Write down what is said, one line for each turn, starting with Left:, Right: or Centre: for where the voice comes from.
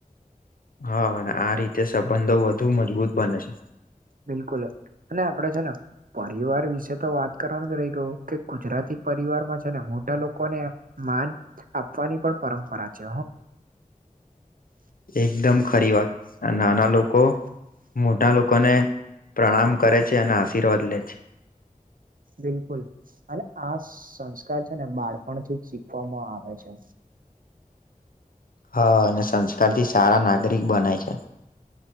Left: હા અને આ રીતે સંબંધો વધુ મજબૂત બને છે
Right: બિલકુલ અને આપડે છે ને પરિવાર વિશે તો વાત કરવાનું જ રહી ગયું કે ગુજરાતી પરિવારમાં છે ને મોટા લોકોને માન આપવાની પણ પરંપરા છે
Left: એકદમ ખરી વાત નાના લોકો મોટા લોકો લોકોને પ્રણામ કરે છે અને આશીર્વાદ લે છે
Right: બિલકુલ અને આ સંસ કાર છે ને બાળપણ થી શીખવામાં આવે છે
Left: હા અને સંસ્કારથી સારા નાગરિક બનાય છે